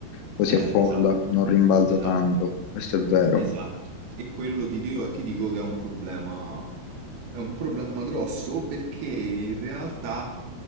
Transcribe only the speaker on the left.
così
affonda,
non rimbalza
tanto. Questo è vero.